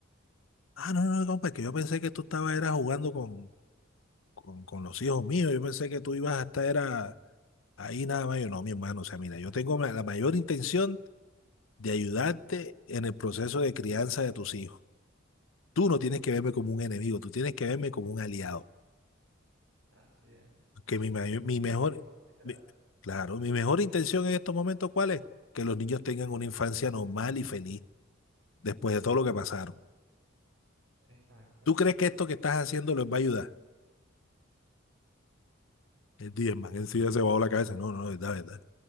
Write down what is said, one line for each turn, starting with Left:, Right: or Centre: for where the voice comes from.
Left: Ah, no, no, no, compa, es que yo pensé que tú estabas era jugando con, con, con los hijos míos. Yo pensé que tú ibas a estar era ahí nada más. Yo, no, mi hermano, o sea, mira,
Right: Ya,
Left: yo tengo la la mayor intención de ayudarte en el proceso de crianza de tus hijos. Tú no tienes que verme como un enemigo, tú tienes que verme como un aliado.
Right: así es.
Left: Que mi, mayor- mi
Right: Es que
Left: mejor,
Right: es eso, es literal.
Left: mi- claro, mi mejor intención en estos momentos, ¿cuál es? Que los niños tengan una infancia normal y feliz después de todo lo que pasaron.
Right: Exacto.
Left: ¿Tú crees que esto que estás haciendo les va a ayudar? El Diezman en sí ya se bajó la cabeza. No, no, verdad, verdad.